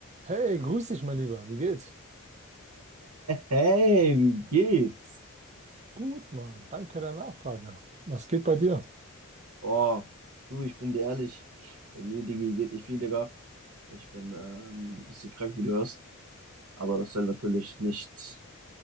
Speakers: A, on the right; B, on the right.
A: Hey, grüß dich, mein Lieber. Wie geht's?
B: Hey, wie geht's?
A: Gut, Mann. Danke der Nachfrage. Was geht bei dir?
B: Oh, du, ich bin dir ehrlich, bei mir, Digi, geht nicht viel, Digga. Ich bin ähm, ein bisschen krank, wie du hörst. Aber das soll natürlich nichts